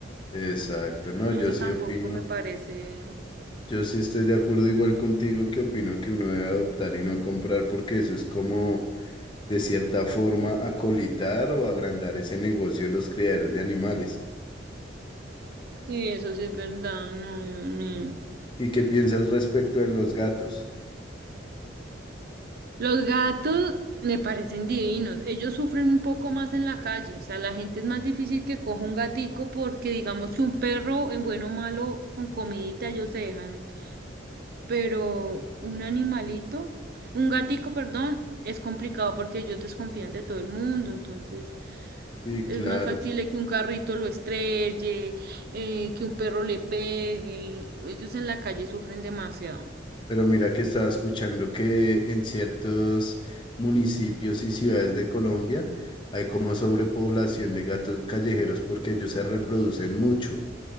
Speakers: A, on the left (about 25°); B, on the right (about 55°).
A: Exacto, no,
B: Eso
A: yo sí
B: tampoco
A: opino.
B: me parece.
A: Yo sí estoy de acuerdo igual contigo que opino que uno debe adoptar y no comprar porque eso es como de cierta forma acolitar o agrandar ese negocio de los criaderos de animales.
B: Sí, eso sí es verdad, no, Dios mío.
A: ¿Y qué piensas respecto de los gatos?
B: Los gatos me parecen divinos. Ellos sufren un poco más en la calle. O sea, la gente es más difícil que coja un gatico porque digamos que un perro en bueno o malo con comidita ellos se dejan. pero un animalito, un gatico, perdón, es complicado porque ellos desconfían de todo el mundo, entonces
A: Sí,
B: es
A: claro.
B: más factible que un carrito lo estrelle, eh, que un perro le pegue, ellos en la calle sufren demasiado.
A: Pero mira que estaba escuchando que en ciertos municipios y ciudades de Colombia hay como sobrepoblación de gatos callejeros porque ellos se reproducen mucho.